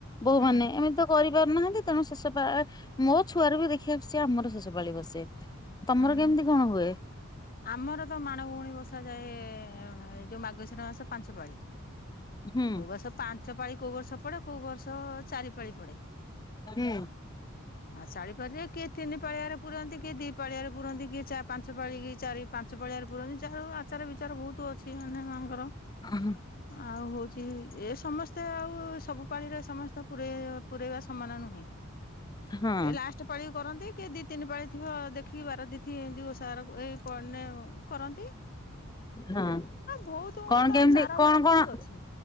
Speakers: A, on the left; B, on the left.
A: ବୋଉ
B: ହୁଁ
A: ମାନେ ଏମିତିତ କରିପାରୁନାହାଁନ୍ତି ତେଣୁ ଶେଷ ପା ମୋ ଛୁଆରୁ ବି ଦେଖିଆସୁଚି ଆମର ଶେଷ ପାଳି ବସେ। ତମର
B: ହୁଁ।
A: କେମିତି କଣ ହୁଏ?
B: ଆମର ତ ମାଣଗଉଣୀ ବସାାଯାଏ ଏ ଯୋଉ ମାଗଶିର ମାସ ପାଞ୍ଚ ପାଳି
A: ହୁଁ
B: କଉ ମାସ ପାଞ୍ଚ ପାଳି କୋଉ ବର୍ଷ ପଡେ କୋଉ ବର୍ଷ ଚାରି ପାଳି ପଡେ।
A: ହୁଁ।
B: ଆଉ ଚାରି ପାଳି ରେ କିଏତିନି ପାଳିଆରେ ପୁରନ୍ତି କିଏ ଦିଇ ପାଳିଆରେ ପୁରନ୍ତି କିଏ ଚା ପାଞ୍ଚ ପାଞ୍ଚ ପାଳିକି ଚାରି ପାଞ୍ଚ ପାଳିଆରେ ପୁରାନ୍ତି ଯାହାର ଆଚାର ବିଚାର ବହୁତ ଅଛି ମାନେ ମାଙ୍କର
A: ହଁ
B: ଆଉ ହଉଛି ଏ ସମସ୍ତେ ଆଉ ସବୁ ପାଳିରେ ସମସ୍ତେ ପୁରେଇବା ସମାନ ନୁହେଁ। ଏ
A: ହଁ
B: ଲାଷ୍ଟ ପାଳି କରନ୍ତି କିଏ ଦି ତିନି ପାଳି ଥିବ ଦେଖିକି ବାରତିଥି ଏନ୍ତି ବ ତାର୍ ଏଇ ପନେ କରନ୍ତି।
A: ହଁ
B: ବହୁତ
A: କଣ
B: ତା
A: କେମତି
B: ଚାର
A: କଣ
B: ବାର ବହୁତ
A: କଣ?
B: ଅଛି